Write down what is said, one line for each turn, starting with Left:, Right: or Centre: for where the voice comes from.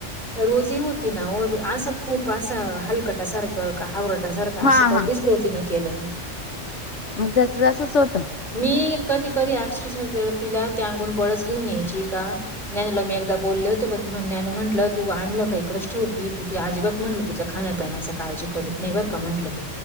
Centre: रोजी होती ना र असं खूप असा हलकटासारखं हावरटासारखं का
Left: हा
Centre: असं कधीच
Left: हा
Centre: लोजीन केलं नाही
Left: त्याच तसच होतं
Centre: मी कधी कधी अक्षरश तिला त्या अगून बळस घेऊन यायची का नञनीला मी एकदा बोलले होते पण नञू म्हटलं तू आणलं का इकडच ठेवती तू ती अजिबात म्हटल तिचं खाण्यापिण्याची काळजी करी नाही बर का म्हटलं तू